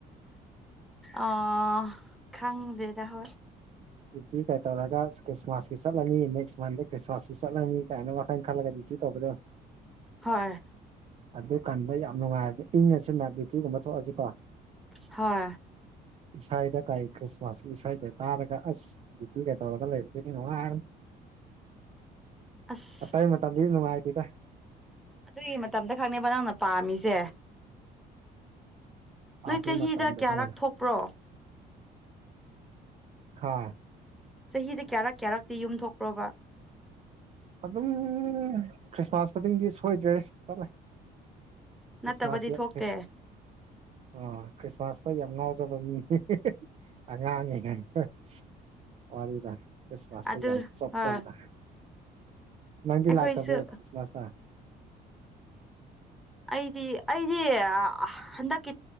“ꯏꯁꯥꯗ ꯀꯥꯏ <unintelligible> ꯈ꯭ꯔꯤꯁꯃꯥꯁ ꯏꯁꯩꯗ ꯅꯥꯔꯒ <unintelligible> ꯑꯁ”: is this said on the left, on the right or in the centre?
Right